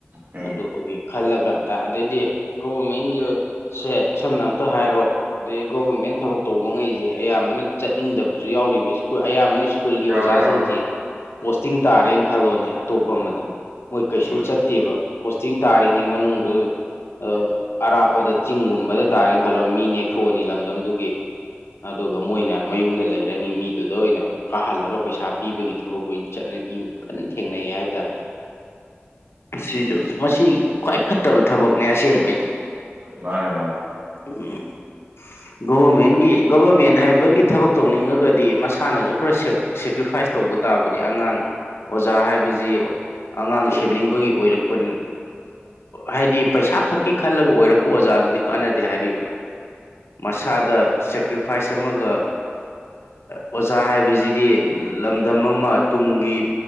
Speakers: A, on the right; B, on the left.
A: ꯎꯝ
B: ꯑꯗꯨꯒꯤ ꯈꯜꯂꯒ ꯑꯗ ꯑꯗꯩꯗꯤ ꯒꯣꯚꯔꯃꯦꯟꯒꯤ ꯁꯦ ꯁꯝꯅ ꯑꯝꯇ ꯍꯥꯏꯔꯣ ꯑꯗꯩ ꯒꯣꯕꯔꯃꯦꯟ ꯊꯕꯛ ꯇꯧꯕ ꯉꯩꯖꯦ ꯑꯌꯥꯝꯕꯅ ꯆꯠꯅꯤꯡꯗꯕ ꯍꯧꯖꯤꯛ ꯌꯥꯎꯔꯤꯕ ꯁ꯭ꯀꯨ ꯑꯌꯥꯝꯕꯅ ꯁ꯭ꯀꯨꯜꯒꯤ ꯑꯣꯖꯥꯖꯤꯡꯖꯦ
A: ꯌꯥꯎꯋꯦ ꯌꯥꯎꯋꯦ
B: ꯄꯣꯁꯇꯤꯡ ꯇꯥꯔꯦꯅ ꯈꯜꯂꯣꯅꯦ ꯑꯇꯣꯞꯄ ꯑꯃꯗ ꯃꯣꯏ ꯀꯩꯁꯨ
A: ꯎꯝ ꯎꯝ
B: ꯆꯠꯇꯦꯕ ꯄꯣꯁꯇꯤꯡ ꯇꯥꯔꯤꯉꯩ ꯃꯅꯨꯡꯗꯨ ꯑ ꯑꯔꯥꯞꯄꯗ ꯆꯤꯡꯒꯨꯝꯕꯗ ꯇꯥꯔꯦꯅ ꯈꯜꯂꯣ ꯃꯤ ꯅꯦꯛꯊꯣꯛꯑꯅꯤ ꯂꯝꯗꯝꯗꯨꯒꯤ ꯑꯗꯨꯒ ꯃꯣꯏꯅ ꯃꯌꯨꯝꯗ ꯂꯩꯔꯅꯤ ꯃꯤꯗꯨꯗ ꯑꯣꯏꯅ ꯀꯥꯍꯜꯂꯒ ꯄꯩꯁꯥ ꯄꯤꯕꯒꯤ ꯊꯕꯛ ꯑꯣꯏꯅ ꯆꯠꯅꯩ ꯀꯟꯅ ꯊꯦꯡꯅꯩ ꯍꯥꯏꯇꯥꯔꯦ ꯁꯤꯁꯨ ꯃꯁꯤ ꯈ꯭ꯋꯥꯏ ꯐ ꯊꯕꯛꯅꯦ ꯑꯁꯦꯡꯕ ꯑꯩꯗꯤ
A: ꯃꯥꯅꯦ ꯃꯥꯅꯦ
B: ꯎꯝ ꯒꯣꯕꯔꯃꯦꯟꯒꯤ ꯒꯣꯚꯔꯃꯦꯟ ꯍꯥꯏꯕꯒꯤ ꯊꯕꯛ ꯇꯧꯅꯤꯡꯉꯒꯗꯤ ꯃꯁꯥꯅꯁꯨ ꯈꯔ ꯁꯦꯀ꯭ꯔꯤꯐꯥꯏꯁ ꯇꯧꯕ ꯇꯥꯕꯅꯤ ꯑꯉꯥꯡ ꯑꯣꯖꯥ ꯍꯥꯏꯕꯁꯤ ꯑꯉꯥꯡ ꯁꯦꯝꯅꯤꯡꯕꯒꯤ ꯑꯣꯏꯔꯛꯄ ꯍꯥꯏꯗꯤ ꯄꯩꯁꯥ ꯈꯛꯀꯤ ꯈꯜꯂꯒ ꯑꯣꯏꯔꯛꯄ ꯑꯣꯖꯥꯗꯨꯗꯤ ꯀꯥꯟꯅꯗꯦ ꯍꯥꯏꯔꯤꯕ ꯃꯁꯥꯗ ꯁꯦꯀ꯭ꯔꯤꯐꯥꯏꯁ ꯑꯃꯒ ꯑꯣꯖꯥ ꯍꯥꯏꯕꯁꯤꯗꯤ ꯂꯝꯗꯝ ꯑꯃ ꯇꯨꯡꯒꯤ